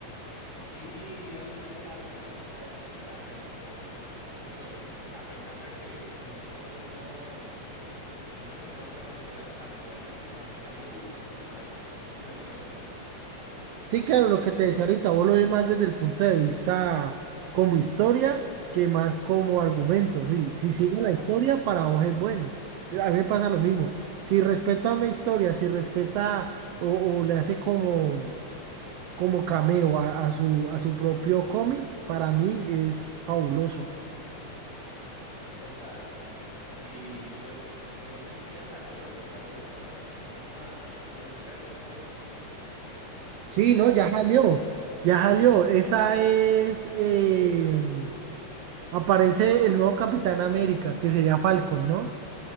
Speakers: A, on the left (about 30°); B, on the right (about 80°).
A: sí, digamos, tiene la premisa de la que se habla en los cómics. Entonces, a pesar de que no, no, no- muchas personas no la consideran tan buena así, o sea, a mí, a mí me gusta en lo personal porque sí cumple con eso.
B: Sí, claro, lo que te decía ahorita, vos lo ves más desde el punto de vista como historia que más como argumento. Sí, si
A: Exacto,
B: sigue la historia, para vos es bueno. A mí me pasa lo mismo. Si respeta una historia, si respeta o, o le hace como, como cameo a, a su, a su propio cómic, para mí es fabuloso.
A: exacto. Y pues, no sé si ya salió, pero por ahí vi que estaban anunciando una de Red Hulk.
B: Sí, no,
A: ¿Ya,
B: ya
A: no-
B: salió.
A: ya salió?
B: Ya salió. Esa es. eh, aparece el nuevo Capitán América, que sería Falcon, ¿no?